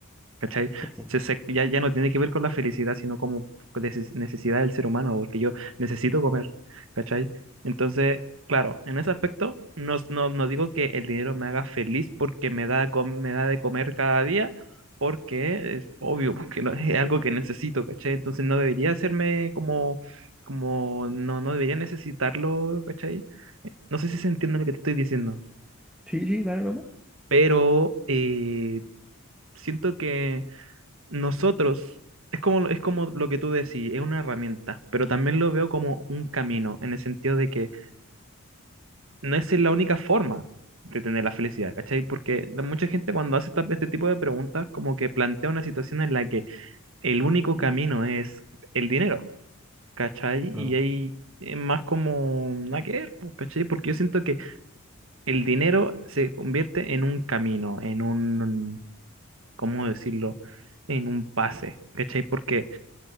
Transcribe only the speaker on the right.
¿Cachai?
Se- se- ya, ya no tiene que ver con la felicidad, sino como neces- necesidad del ser humano, porque yo necesito comer, ¿cachai? Entonces, claro, en ese aspecto, no, no, no digo que el dinero me haga feliz porque me da, com- me da de comer cada día, porque es obvio, porque no- <laughs> es algo que necesito, ¿cachai? Entonces no debería hacerme como, como, no, no debería necesitarlo, ¿cachai? No sé si se entiende lo que te estoy diciendo,
pero eh, siento que nosotros, es como, es como lo que tú decís, es una herramienta, pero también lo veo como un camino, en el sentido de que no es la única forma de tener la felicidad, ¿cachai? Porque la- mucha gente cuando hace esta- este tipo de preguntas, como que plantea una situación en la que el único camino es el dinero, ¿cachai?
Y ahí es más como nada que ver, pues, ¿cachai? Porque yo siento que el dinero se convierte en un camino, en un, ¿cómo decirlo? En un pase, ¿cachai? Porque